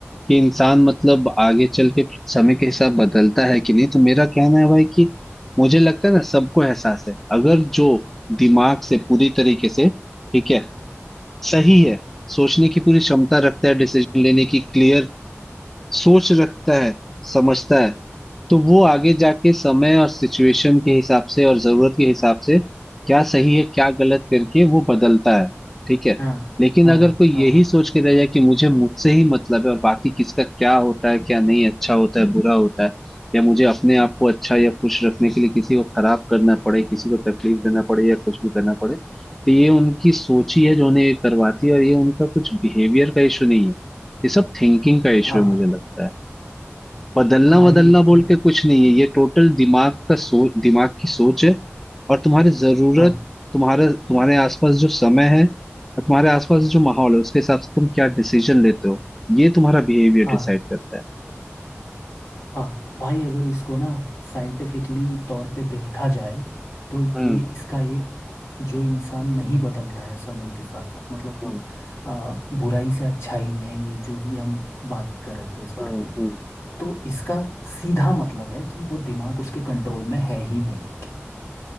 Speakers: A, in the centre; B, on the left.
A: कि इंसान मतलब आगे चल के समय के हिसाब बदलता है कि नहीं तो मेरा कहना है भाई कि मुझे लगता है ना सबको एहसास है अगर जो दिमाग से पूरी तरीके से ठीक है सही है सोचने की पूरी क्षमता रखता है डिसीजन लेने की क्लियर सोच रखता है समझता है तो वो आगे जाके समय और सिचुएशन के हिसाब से और जरूरत के हिसाब से क्या सही है क्या गलत करके वो बदलता है ठीक है
B: हाँ
A: लेकिन
B: हाँ
A: अगर
B: हाँ
A: कोई
B: हाँ
A: यही
B: हाँ
A: सोच के रह जाए कि मुझे मुझसे ही मतलब है और बाकी किसका क्या होता है क्या नहीं अच्छा होता है बुरा होता है या मुझे अपने आप को अच्छा या खुश रखने के लिए किसी को खराब करना पड़े किसी को तकलीफ देना पड़े या कुछ भी करना पड़े तो ये उनकी सोच ही है जो उन्हें ये करवाती है और ये उनका कुछ बिहेवियर का इशू नहीं है ये सब थिंकिंग का इशू
B: हाँ
A: है
B: हाँ।
A: मुझे लगता है बदलना
B: भाई
A: बदलना
B: अगर
A: बोल के कुछ नहीं है ये टोटल दिमाग का सोच दिमाग की सोच है और तुम्हारी जरूरत
B: हाँ
A: तुम्हारे तुम्हारे आसपास जो समय है और तुम्हारे आसपास जो माहौल है उसके हिसाब से तुम क्या डिसीजन लेते हो ये तुम्हारा बिहेवियर
B: हाँ
A: डिसाइड करता है
B: हाँ भाई अगर इसको ना साइंटिफिकली तौर पे देखा जाए तो ये
A: हम्म
B: इसका एक जो इंसान नहीं बदलता है समय के साथ साथ मतलब कि
A: हम्म
B: आ, बुराई से अच्छाई में ये जो भी हम बात कर रहे थे इस बारे
A: हम्म
B: पे
A: हम्म।
B: तो इसका सीधा मतलब है कि वो दिमाग उसके कंट्रोल में है ही नहीं